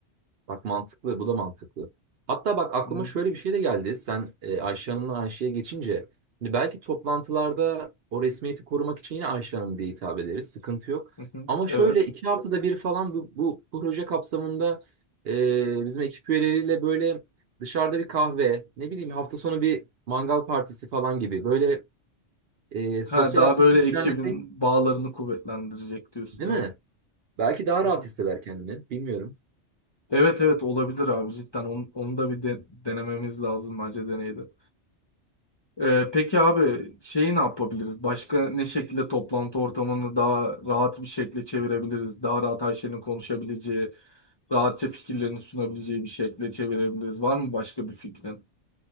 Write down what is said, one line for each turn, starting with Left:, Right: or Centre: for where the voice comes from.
Right: Bak mantıklı, bu da mantıklı. Hatta bak aklıma
Left: Hı,
Right: şöyle bir şey de geldi. Sen e, Ayşe Hanım'dan Ayşe'ye geçince. Şimdi belki toplantılarda o resmiyeti korumak için yine Ayşe Hanım diye hitap ederiz. Sıkıntı yok.
Left: hı, hı.
Right: Ama
Left: Evet.
Right: şöyle iki haftada bir falan bu, bu bu proje kapsamında e, bizim ekip üyeleriyle böyle dışarıda bir kahve, ne bileyim hafta sonu bir mangal partisi falan gibi böyle e,
Left: Ha,
Right: sosyal
Left: daha
Right: aktivite
Left: böyle ekibin
Right: düzenlesek
Left: bağlarını kuvvetlendirecek diyorsun.
Right: değil mi? Belki daha
Left: Evet.
Right: rahat hisseder kendini. Bilmiyorum.
Left: Evet evet olabilir abi cidden onu, onu da bir de- denememiz lazım bence deneydi. Ee, peki abi şeyi ne yapabiliriz? Başka ne şekilde toplantı ortamını daha rahat bir şekilde çevirebiliriz? Daha rahat her şeyini konuşabileceği, rahatça fikirlerini sunabileceği bir şekilde çevirebiliriz. Var mı başka bir fikrin?